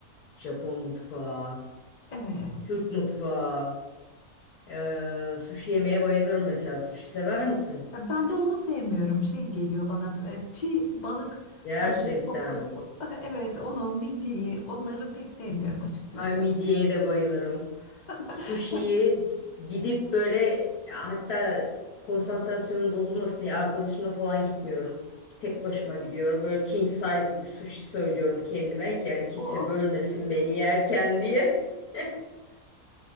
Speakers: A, on the left; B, on the left.
A: Japon mutfağı,
B: Evet.
A: Türk mutfağı. Eee sushi yemeye bayılırım mesela. Sushi sever misin?
B: Ben de onu sevmiyorum. Şey geliyor bana e, çiğ balık
A: Gerçekten.
B: tadı kokusu. <laughs> Evet onu midyeyi onları pek sevmiyorum açıkçası.
A: Ay midyeye de bayılırım. Sushi'yi
B: <laughs> Sen
A: gidip böyle hatta konsantrasyonun bozulmasın diye arkadaşımla falan gitmiyorum. Tek başıma gidiyorum. Böyle king size bir sushi söylüyorum kendime ki yani kimse
B: o
A: bölmesin beni yerken diye. <laughs>